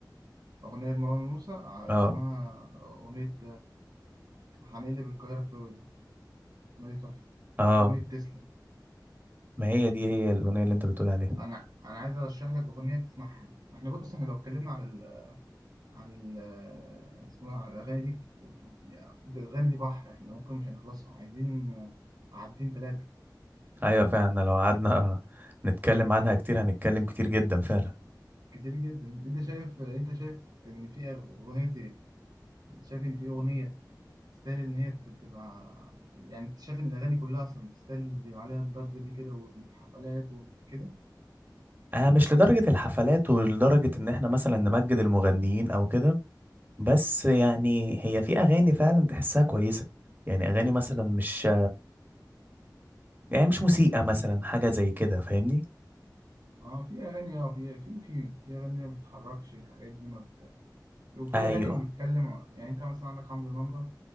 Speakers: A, on the right (about 65°); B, on the right (about 25°).
A: اغنية مروان موسى آه،
B: اه
A: اسمها اغنية هنقلب القاهرة فلوريدا اغنية تحفة
B: اه
A: واغنية تسلا
B: ما هي دي هي الاغنيه اللي انت بتقول عليها
A: انا انا عايز ارشح لك اغنيه تسمعها احنا بص احنا لو اتكلمنا عن ال عن ال اسمه ده، عن الاغاني دي يا- ده الاغاني دي بحر احنا ممكن مش هنخلصها عايزين عدين ثلاثه
B: ايوه فعلا لو قعدنا نتكلم عنها كتير هنتكلم كتير جدا فعلا
A: كتير جدا انت شايف انت شايف ان في اغنيه شايف ان في اغنيه تستاهل ان هي ت- تبقى يعني انت شايف ان الاغاني كلها اصلا تستاهل اللي يبقى عليها الضجه دي كده والحفلات وكده
B: آه مش لدرجة الحفلات ولدرجة إن إحنا مثلا نمجد المغنيين أو كده بس يعني هي في أغاني فعلا تحسها كويسة يعني أغاني مثلا مش يعني مش موسيقى مثلا حاجة زي كده فاهمني؟
A: اه في اغاني اه في في في في اغاني ما بتتحركش الحاجات دي ما بت وفي
B: أيوه
A: أغاني بتتكلم يعني أنت مثلا عندك حمزة نمرة